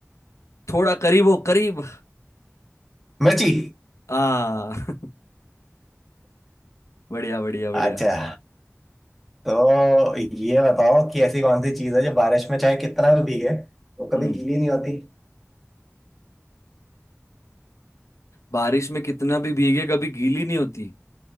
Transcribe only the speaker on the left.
थोड़ा करीब हो करीब
आ <laughs> बढ़िया बढ़िया बढ़िया
हम्म
बारिश में कितना भी भीगे कभी गीली नहीं होती